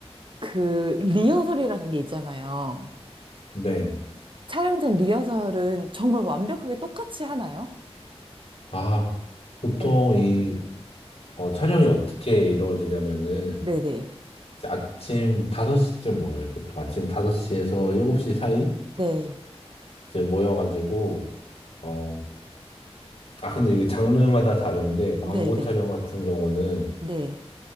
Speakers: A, on the right (about 50°); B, on the left (about 60°).
A: 그 리허설이라는 게 있잖아요.
B: 네.
A: 촬영 전 리허설은 정말 완벽하게 똑같이 하나요?
B: 아, 보통
A: 네.
B: 이 어, 촬영이 어떻게 이루어지냐면은
A: 네네.
B: 이제 아침 5시쯤 모여요. 보통 아침 5시에서 7시 사이
A: 네.
B: 이제 모여가지고 어, 아 근데 이게 장르마다 다른데 광고
A: 네네.
B: 촬영 같은 경우는
A: 네.